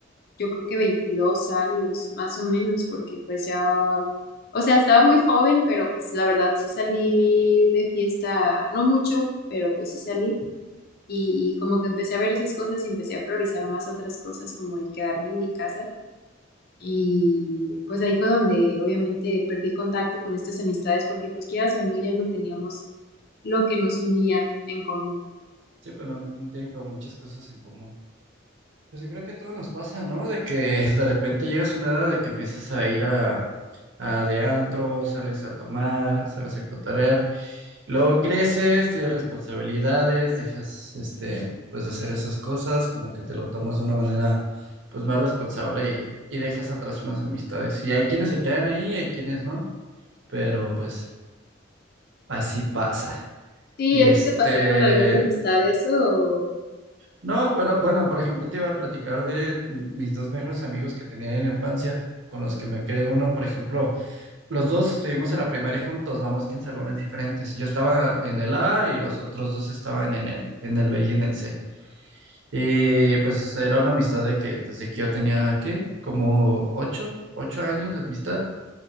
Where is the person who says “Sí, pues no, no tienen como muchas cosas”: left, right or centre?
Right